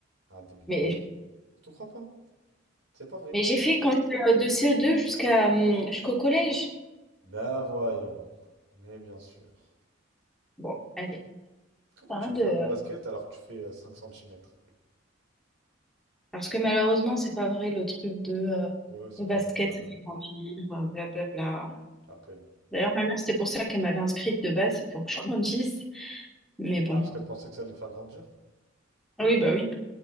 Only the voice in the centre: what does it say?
Mais,
mais j'ai fait quand j'étais, euh, de CE2 jusqu'à hum, jusqu'au collège.
Bon, allez,
pas
rien
de...
Parce que malheureusement, c'est pas vrai le truc de euh,
le basket,
ça
fait grandir, euh, blablabla.
D'ailleurs, ma mère, c'était pour ça qu'elle m'avait inscrite de base, c'est pour que je grandisse. Mais bon.
Ah oui, bah oui.